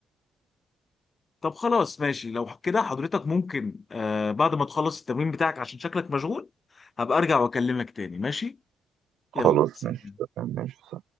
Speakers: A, on the left (about 35°); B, on the right (about 80°).
A: طب خلاص ماشي لو كده حضرتك ممكن آه بعد ما تخلص التمرين بتاعك عشان شكلك مشغول هبقى ارجع واكلمك تاني ماشي؟
B: خلاص
A: يلا سلام
B: ماشي تمام، ماشي